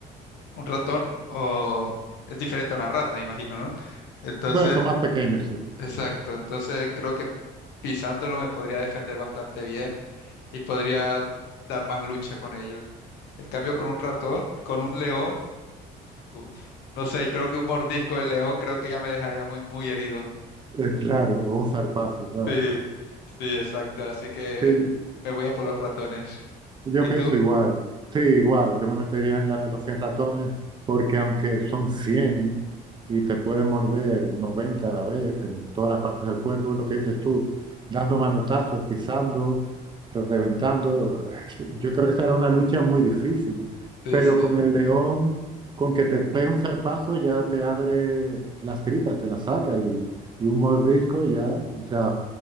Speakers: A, on the left (about 85°); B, on the right (about 25°).
A: un ratón o es diferente a una rata, me imagino, ¿no? Entonces,
B: bueno, son más pequeños, sí.
A: exacto. Entonces creo que pisándolo me podría defender bastante bien y podría dar más lucha con ellos. En cambio, con un ratón, con un león, uf, no sé, creo que un mordisco del león creo que ya me dejaría muy, muy herido. <laughs>
B: Eh, Claro, o un zarpazo, claro.
A: Sí, sí, exacto. Así que
B: Sí,
A: me voy a por los ratones.
B: Yo
A: ¿Y
B: pienso
A: tú?
B: igual, sí, igual, yo me metería en la de los 100 ratones porque aunque son 100 y te pueden morder 90 a la vez en todas las partes del cuerpo, lo que dices tú, dando manotazos, pisando, reventando, yo creo que será una lucha muy difícil,
A: Sí,
B: pero
A: sí.
B: con el león, con que te pegue un zarpazo ya te abre las tripas, te las saca y, y un mordisco ya, o sea,